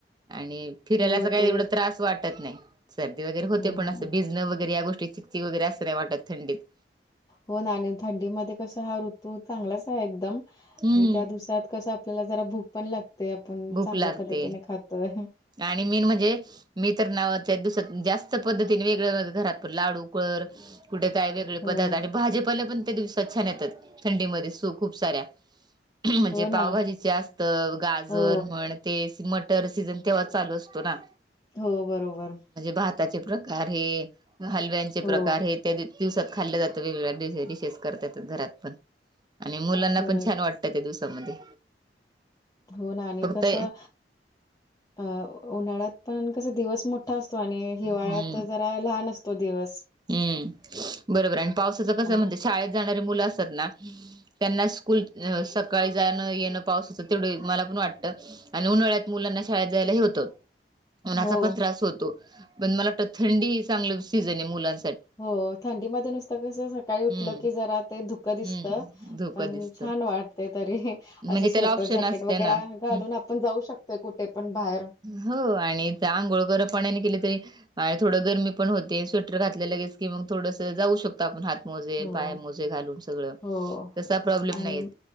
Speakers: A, on the right; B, on the left.
A: आणि फिरायलाच
B: हो
A: काही
B: ते
A: एवढं त्रास वाटत नाही सर्दी वगैरे होते
B: हं.
A: पणं भिजणं वैे या गोष्टी चिकचिक वगैरे असं नाही वाटत थंडीत
B: हो ना आणि थंडीमध्येध्ये कस हा ऋतू चांगलाच आहे एकदम
A: हम्म
B: आणि त्या दिवसात कसा आपल्याला जरा भूक पण लागते आपण
A: भूक
B: चांगल्या
A: लागते.
B: पद्धतीने खातोय
A: आणि मेन म्हणजे मी तर ना त्याच दिवसात जास्त पद्धतीने वेगळगळ घरात पण लाडू कर कुठे काय वेगळे
B: हो.
A: पदार्थ आणि भाजेपा पण त्या दिवसात छान येतात थंडीमध्येध्ये सू खूप साऱ्या म्हणजे
B: हो ना.
A: पावभाजीचे असत गाजर
B: हो.
A: म्हण ते मटर सीजन तेव्हा चालू असतो ना
B: हो बरोबर
A: म्हणजे भाताचे प्रकार हे हलव्यांचे
B: हो.
A: प्रकार हे त्या दिवसात खाल्लं जातं वेगवेगळ्या डिशेस करत य घरात पण आणि मुलांना
B: खरंच.
A: पण छान वाटत च्या दिवसामध्ये
B: हो ना आणि
A: फक्त
B: कसं अ उन्हाळ्यात पण कसा दिवस मोठा असतो आणि हिवाळ्यात
A: हम्म
B: जरा लहान असतो दिवस
A: हम्म बरोबर आणि पावसाच कस
B: आणि
A: म्हणज शाळेत जाणारी मुलं असतात ना त्यांना स्कूल सकाळी जाणं-येणं पाऊसचं तेवढं मला पण वाटतं. अं उन्हाळ्यात मुलांना शाळेत जायला हे होतं. उन्हाचा
B: हो.
A: पण त्रास होतो, पण मला वाटत थंडी ह चांगलं सीझन आहे मुलां
B: हो थंडीमध्ये नुसतं कसं सकाळी उठलं,
A: हम्म,
B: की जरा ते धुकं दिसत
A: हम्म, धोका
B: पण
A: दिसतं.
B: छान वाटते तरी,
A: म्हणजे
B: असं
A: त्याला
B: स्वेटर
A: ऑप्शन
B: जॅकेट
A: असते
B: वगैरा
A: ना.
B: घालून
A: हं,
B: आपण जाऊ शकतोय कुठे पण बाहेर.
A: हो आणि ते आंगोळ गरम पाण्याने केली त थोडं गरमी पण होते, स्वेटर घात लं लगेच की मग थोडंस जाऊ शकतो आपण हात मोजे,
B: हो,
A: पाय मोजे घालून सगळं,
B: हो
A: तसा प्रॉब्लेम
B: आणि
A: नहीं येत.